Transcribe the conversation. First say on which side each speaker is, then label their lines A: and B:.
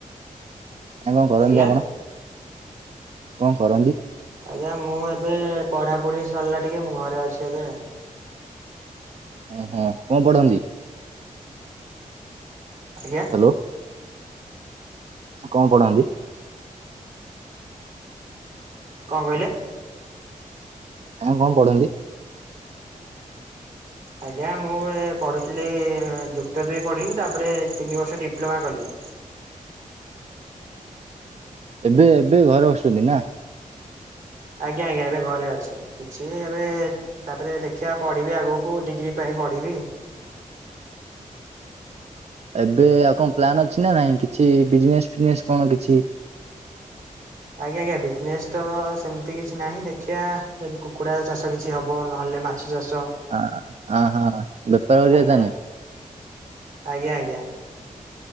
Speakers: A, on the right; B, on the right.
A: ଆ କଣ କରନ୍ତି
B: ଆଜ୍ଞା
A: ଆପଣ? କଣ କରନ
B: ଆଜ୍ଞା, ମୁଁ ଏବେ ପଢା ପଢି ସରିଲା ଟିକେ ମୁଁ ଘରେ ଅଛି ଏବେ।
A: ଉଁହୁଁ, କଣ ପଢନ୍ତି?
B: ଆଜ୍ଞା।
A: ହ୍ୟାଲୋ କଣ ପଢାନ୍ତି?
B: କଣ କହିଲେ?
A: ଆ କଣ ପଢନ୍ତି? <unintelligible>
B: ଆଜ୍ଞା ମୁଁ ଏ ପଢ଼ୁଥିଲି, ଯୁକ୍ତ ଦୁଇ ପଢ଼ିଲି ତାପରେ ତିନି ବର୍ଷ ଡିପ୍ଲୋମା କଲି।
A: ଏବେ ଏବେ ଘରେ ବସୁଛନ୍ତି ନା?
B: ଆଜ୍ଞା ଆଜ୍ଞା, ଏବେ ଘରେ ଅଛି, କିଛି ଏବେ ତାପରେ ଦେଖିବା ପଢିବି ଆଗକୁ, ଡିଗ୍ରୀ ପାଇଁ ପଢିବି।
A: ଏବେ ଆଉ କଣ ପ୍ଲାନ୍ ଅଛି ନା ନାଇଁ କିଛି ବିଜନେସ୍ ଫିଜନେସ୍ କଣ କିଛି?
B: ଆଜ୍ଞା ଆଜ୍ଞା, ବିଜନେସ୍ ତ ସେମିତି କିଛି ନାହିଁ, ଦେଖିବା ଯଦି କୁକୁଡ଼ା ଚାଷ କିଛି ହବ, ନହେଲେ ମା ଛ ଚାଷ
A: ହ, ହଁ ହଁ ହଁ, ବେପାର କରିବା
B: ଆଜ୍ଞା
A: ତାନେ?
B: ଆଜ୍ଞା ଆଜ୍ଞା।